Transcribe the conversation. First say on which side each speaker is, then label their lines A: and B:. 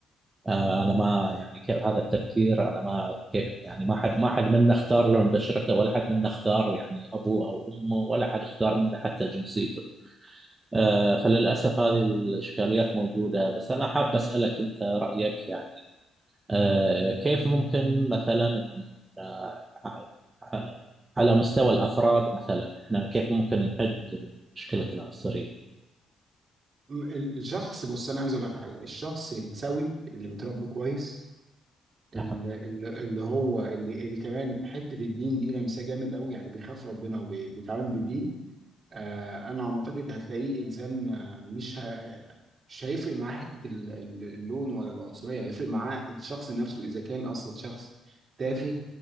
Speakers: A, on the right; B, on the right.
A: آه، انا ما يعني كيف هذا التفكير انا ما اعرف كيف يعني ما حد ما حد منا اختار لون بشرته ولا حد منا اختار يعني ابوه او امه ولا حد اختار منا حتى جنسيته آه، فللاسف هذه الاشكاليات موجوده بس انا حاب اسالك انت رايك يعني آه، كيف ممكن مثلا آه، آه، على مستوى الافراد مثلا احنا كيف ممكن نحد من مشكله العنصريه؟
B: م- ال- الشخص بص انا عايز اقول لك حاجه الشخص السوي اللي متربي كويس اللي,
A: نعم
B: اللي هو اللي, اللي كمان حته الدين دي لمسه جامد قوي يعني بيخاف ربنا وبيتعامل بالدين آه انا على ما اعتقد هتلاقيه انسان آه، مش ه... مش هيفرق معاه حته ال- ال- اللون ولا العنصريه هيفرق معاه الشخص نفسه اذا كان اصلا شخص تافه